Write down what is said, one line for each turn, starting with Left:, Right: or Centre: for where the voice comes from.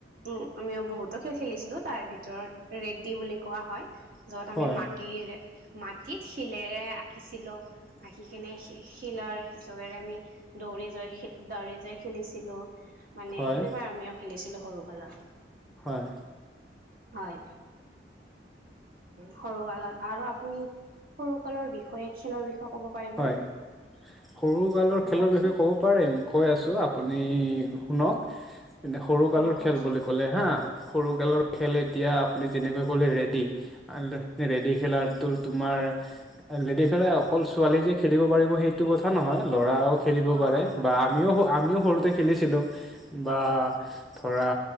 Right: উম আমিও বহুতো খেল খেলিছিলো তাৰে ভিতৰত ৰেড্ডী বুলি কোৱা হয়। য'ত আমি
Centre: হয়
Right: মাটিৰে। মাটিত শিলেৰে আঁকিছিলো আঁকি কিনে শি-শিলৰ। <unintelligible> আমি দৌৰি যাই <unintelligible> দৌৰি যাই খেলিছিলো মানে
Centre: হয়
Right: সেনেকুৱা আমিও খেলিছিলো। <unintelligible> সৰু কালৰ।
Centre: হয়।
Right: হয় সৰু কালত আৰু আপুনি। সৰু কালৰ বিষয়ে খেলৰ বিষয়ে ক'ব পাৰিবনে।
Centre: হয় সৰু কালৰ
Right: কওকচোন
Centre: খেলৰ বিষয়ে ক'ব পাৰিম কৈ আছোঁ আপুনি শুনক। এনে সৰু কালৰ
Right: উম কওকচোন
Centre: খেল বুলি ক'লে হা। সৰুকালৰ খেল এতিয়া আপুনি যেনেকৈ ক'লে ৰেডি। <unintelligible> ৰেডি খেলাত তু-তোমাৰ ৰেডি খেলা অকল। <unintelligible> ছোৱালী যে খেলিব পাৰিব সেইটো কথা নহয় ল'ৰাও খেলিব
Right: অ
Centre: পাৰে
Right: হয় হয়
Centre: বা আমিও, আমিও। সৰুতে খেলিছিলো বা ধৰা